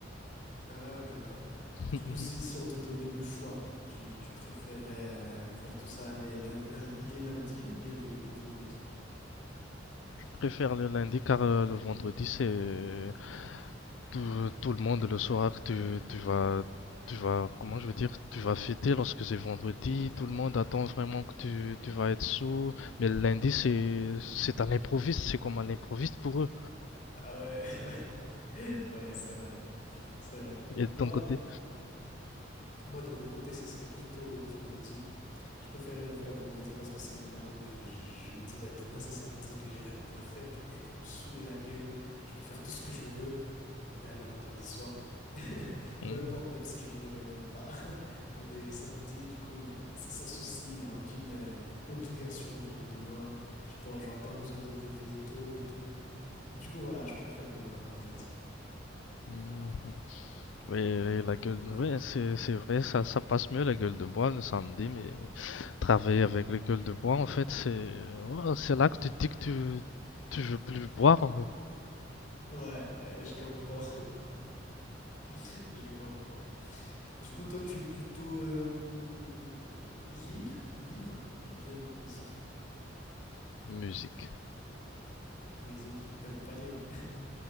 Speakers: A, on the left; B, on the left.
A: Ah d'accord. Du
B: <laughs>
A: coup, si,
B: Je
A: si on te donnait le choix, tu, tu préférais euh, faire tout ça les, lun- un- les lundis ou bien les, les vendredis?
B: préfère le lundi car euh, le vendredi c'est tout, tout le monde le soir, tu, tu vas, tu vas, comment je veux dire, tu vas fêter lorsque c'est vendredi, tout le monde attend vraiment que tu, tu vas être sous, mais le lundi c'est, c'est un improviste, c'est comme un improviste pour eux.
A: Ah ouais, <laughs> ouais, c'est vrai, c'est vrai.
B: Et de
A: Moi,
B: ton côté.
A: Moi, de mon côté, ça serait plutôt vendredi. Je préférais le faire vendredi parce que c'est là où je, je- je me dis, bah, demain, c'est samedi, que j'ai rien à faire. Du coup, je peux me saouler la gueule. Je peux faire tout ce que je veux. Mais, euh, le vendredi soir, <laughs>
B: Mm.
A: peu importe, même si je me réveille même pas. <laughs> On est samedi, du coup, il y a, c'est sans souci. Il n'y a aucune euh, obligation du lendemain. Je pourrais, j'aurais pas besoin de me réveiller tôt et tout. Du coup, voilà, je préfère de loin vendredi.
B: <laughs> Oui, la gueule,
A: Ouais.
B: oui, c'est, c'est vrai, ça, ça passe mieux la gueule de bois le samedi, mais travailler avec la gueule de bois, en fait, c'est, ouais, c'est là que tu te dis que tu, tu veux plus boire, en fait.
A: Ouais, ouais, je comprends. <laughs> Je comprends. Du coup, toi, tu es plutôt euh, lire, livre ou bien musique?
B: Musique.
A: Musique, t'aimes pas lire, hein